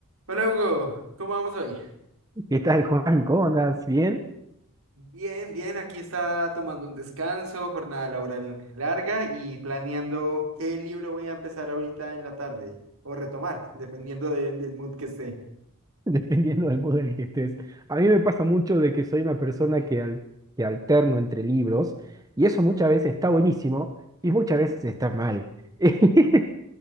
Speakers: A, on the right (about 70°); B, on the right (about 15°).
A: Hola Hugo, ¿cómo vamos hoy?
B: ¿Qué tal, Juan? ¿Cómo andas? ¿Bien?
A: Bien, bien, aquí está tomando un descanso, jornada laboral larga y planeando qué libro voy a empezar ahorita en la tarde o retomar, dependiendo de- del mood que esté.
B: <laughs> Dependiendo del modo en el que estés. A mí me pasa mucho de que soy una persona que, al- que alterno entre libros y eso muchas veces está buenísimo y muchas veces está mal. <laughs>